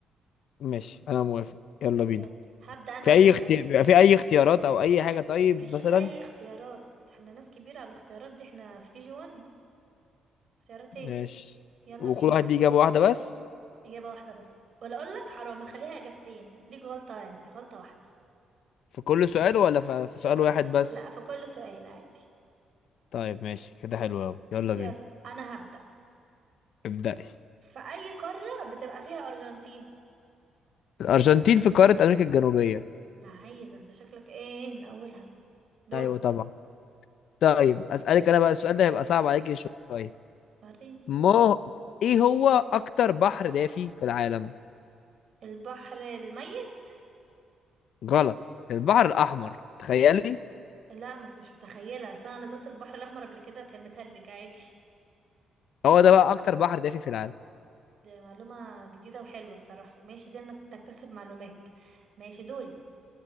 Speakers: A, on the left (about 70°); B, on the right (about 55°).
A: ماشي انا موافق يلا بينا
B: يلا هبدأ أنا
A: في
B: أسأل
A: اي اختيار
B: أول
A: بيبقى في اي اختيارات او اي حاجة طيب
B: مفيش
A: مثلا
B: أي اختيارات احنا ناس كبيرة على الاختيارات دي احنا في كي جي وان اختيارات
A: ماشي
B: ايه يلا
A: وكل
B: بينا
A: واحد ليه اجابة واحدة بس
B: إجابة واحدة بس ولا أقول لك حرام أخليها إجابتين ليك غلطة يعني غلطة واحدة
A: في كل سؤال ولا في في سؤال
B: في كل
A: واحد بس
B: لا في كل سؤال عادي
A: طيب ماشي كده حلو قوي يلا
B: يلا
A: بينا
B: أنا هبدأ
A: ابدأي
B: في أي قارة بتبقى فيها أرجنتين
A: الارجنتين في قارة امريكا الجنوبية
B: لعيب ده انت شكلك ايه من أولها دورك
A: ايوه طبعا طيب اسالك انا بقى السؤال ده هيبقى صعب عليك شويه
B: وريني
A: ما ايه هو اكتر بحر دافي في العالم
B: البحر الميت
A: غلط البحر الاحمر تخيلي
B: لا ما انت مش متخيله اصل انا نزلت البحر الاحمر قبل كده وكان متلج عادي
A: هو ده بقى اكتر بحر دافي في العالم
B: دي معلومه جديده وحلوه الصراحه ماشي دي انك نكتسب معلومات ماشي دوري